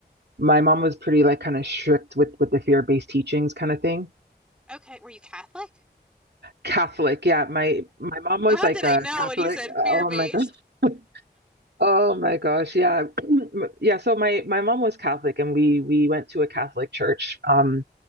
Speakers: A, on the right; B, in the centre.
A: my mom was pretty like kind of strict with with the fear-based teachings kind of thing.
B: Okay, were you Catholic?
A: Catholic, yeah. My my mom was
B: How
A: like
B: did I
A: a
B: know
A: Catholic.
B: when you said fear-based?
A: Oh my gosh. <laughs> Oh my gosh, yeah. <clears throat> Yeah, so my my mom was Catholic and we we went to a Catholic church. Um